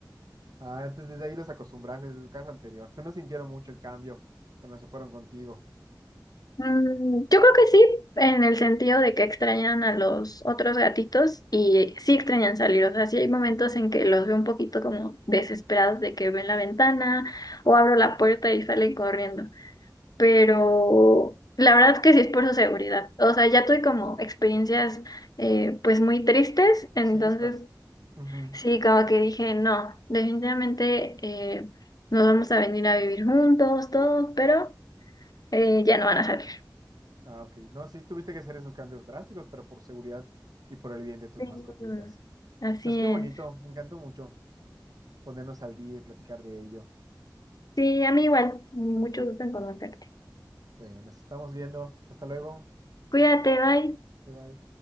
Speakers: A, on the right; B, on the left.
A: Ah, entonces desde ahí los acostumbraste desde su casa anterior. ¿Tú no sintieron mucho el cambio cuando se fueron contigo?
B: Mm, yo creo que sí, en el sentido de que extrañan a los otros gatitos y sí extrañan salir. O sea, sí hay momentos en que los veo un poquito como desesperados de que ven la ventana o abro la puerta y salen corriendo. Pero la verdad es que sí es por su seguridad. O sea, ya tuve como experiencias eh, pues muy tristes, entonces
A: Chispas. Ujú.
B: sí, como que dije, no, definitivamente eh, nos vamos a venir a vivir juntos todos, pero eh, ya no van a salir.
A: Ah, ok. No, sí tuviste que hacer esos cambios drásticos, pero por seguridad y por el bien de tus
B: Sí,
A: mascotitas.
B: así
A: Pues qué
B: es.
A: bonito, me encantó mucho ponernos al día y platicar de ello.
B: Sí, a mí igual. Mucho gusto en conocerte.
A: Bueno, nos estamos viendo. Hasta luego.
B: Cuídate, bye.
A: Bye bye.